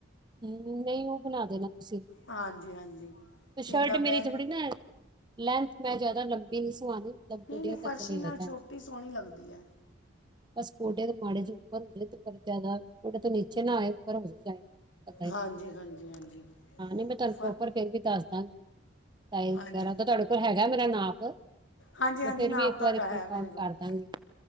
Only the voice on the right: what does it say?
ਹੂੰ ਨਹੀ ਉਹ ਬਣਾ ਦੇਣਾ ਤੁਸੀ
ਤੇ ਸ਼ਰਟ
ਮੇਰੀ ਥੋੜੀ ਨਾ ਲੈਥ ਮੈ ਜ਼ਿਆਦਾ ਲੰਬੀ ਨੀ ਸੁਵਾਂਣੀ ਗੋਡਿਆਂ
ਤੱਕ ਨਹੀ
ਹੋਵੇ
ਲੈ
ਬਸ ਗੋਡਿਆ ਦੇ ਮਾੜੇ 'ਚ ਉਪਰ ਹੁੰਦੇ ਤੇ ਪਰ ਜ਼ਿਆਦਾ ਗੋਡੇ ਤਾਂ ਨੀਚੇ ਨਾ ਪਰ ਹੋ <unintelligible>
ਹਾਂ ਨੀ ਮੈਂ ਤੁਾਨੂੰ
ਪ੍ਰੋਪਰ ਫੇਰ ਵੀ ਦੱਸ ਦਾਂਗੀ। ਸ
ਵਗੈਰਾ ਤਾਂ ਤੁਆਡੇ ਕੋਲ ਹੈਗਾ ਮੇਰਾ ਨਾਪ
ਮੈਂ ਫੇਰ
ਵੀ ਇੱਕ
ਵਾਰੀ ਕਨਫਰਮ
ਕਰ ਦਾਂਗੀ।